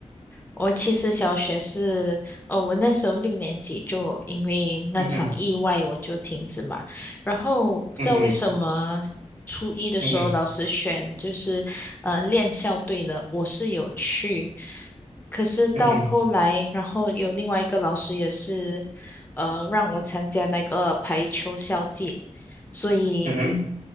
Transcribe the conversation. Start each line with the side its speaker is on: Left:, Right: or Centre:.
Left: 我其实小学是，哦，我那时候六年级就因为那场意外我就停止嘛，
Right: 嗯哼，
Left: 然后不知道为什么初一的时候老师选就是呃练校队的，
Right: 嗯哼，嗯哼，
Left: 我是有去，可是到后来，
Right: 嗯哼，
Left: 然后有另外一个老师也是呃让我参加那个排球校际，所以。
Right: 嗯哼，